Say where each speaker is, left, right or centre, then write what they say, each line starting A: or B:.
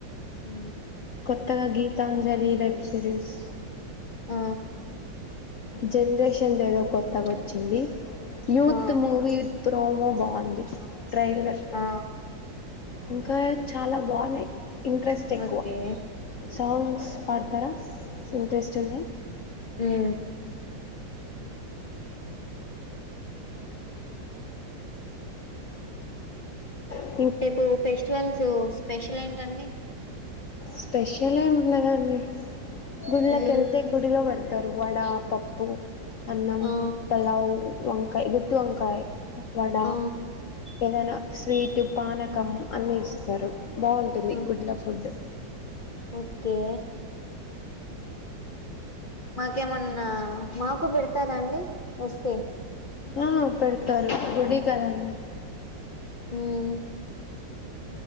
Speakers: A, on the left; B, on the left.
A: ఉ
B: కొుత్తగా గీతాంజలి వెబ్ సిరీస్
A: ఆ
B: జనరేషన్ ఏదో కొత్తగా వచ్చింది యూత్
A: ఆ
B: మూవీ ప్రోమో బాగుంది ట్రైలర్
A: ఆ
B: ఇంకా చాలా బాగున్నాయి ఇంట్రెస్ట్ ఎక్కువ
A: ఓకే
B: సాంగ్స్ పాడుతార ఇంట్రెస్ట్ ఉంది
A: ఉ
B: ఉ
A: రేపు ఫెస్టివల్స్ స్పెషల్ ఏంటండి
B: స్పెషల్ ఏముంనదండి గుళ్ళకి
A: మ్మ్
B: కెలితే గుడిలో పడతారు వడ పప్పు అన్నం
A: ఆ
B: పలావ్ వంకాయి గుత్తి వంకాయి వడ
A: ఆ
B: ఏదైనా స్వీటు పానకం అన్ని ఇస్తారు బాగుంటుంది
A: ఓ-
B: గుడ్ల ఫుడ్
A: ఓకే మాకేమన్నా మాకు పెడతారాండి వస్తే
B: ఆ పెడతారు గుడి కదా అండి
A: ఉమ్